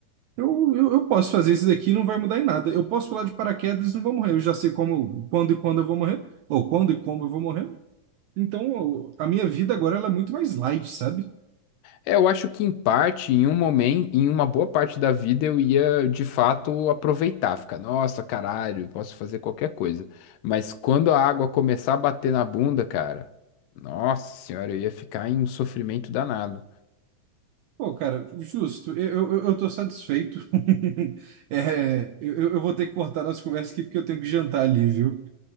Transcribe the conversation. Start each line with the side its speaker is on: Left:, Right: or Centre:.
Right: eu, eu, eu posso fazer isso daqui, não vai mudar em nada. Eu posso pular de paraquedas, não vou morrer. Eu já sei como, quando e quando eu vou morrer, ou quando e como eu vou morrer. Então, eu- a minha vida agora ela é muito mais light, sabe?
Left: É, eu acho que em parte, em um momento, em uma boa parte da vida eu ia de fato aproveitar, ficar, nossa, caralho, posso fazer qualquer coisa. Mas quando a água começar a bater na bunda, cara, nossa senhora, eu ia ficar em um sofrimento danado.
Right: Pô, cara, justo, eu, eu, eu tô satisfeito. <laughs> É, eu, eu eu vou ter que cortar nossa conversa aqui porque eu tenho que jantar ali, viu?